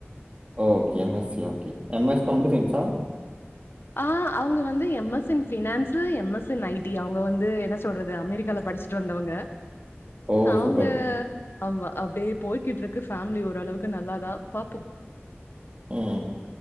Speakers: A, on the right (about 30°); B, on the left (about 60°).
A: okay M S C okay M S computer சயின்ஸா
B: ஆ அவுங்க வந்து M S in finance M S in I T அவுங்க வந்து என்ன சொல்றது அமெரிக்கால படிச்சு முடிச்ட்டு வந்தவங்க
A: ஓ
B: அவுங்க
A: சூப்பர்.
B: ஆமா அப்டியே போய்கிட்டு இருக்கு ஃபேமிலி ஓரளவுக்கு நல்லாதா பாப்போ
A: ம்